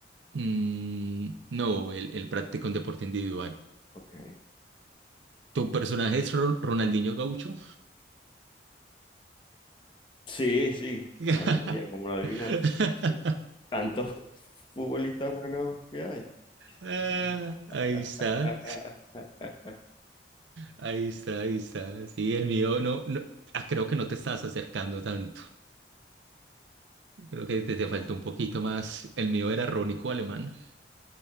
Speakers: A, on the right; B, on the left.
A: Mm, no, él, él practica un deporte individual.
B: Ok.
A: ¿Tu personaje es Ro- Ronaldinho Gaucho?
B: Sí, sí,
A: <laughs>
B: madre mía, como lo adivinaste. <laughs> Tantos futbolistas buenos que hay. <laughs>
A: Ah, ahí está, ahí está, ahí está. Sí, el mío no, no, ah, creo que no te estás acercando tanto. Creo que te, te faltó un poquito más. El mío era Rónico Alemán.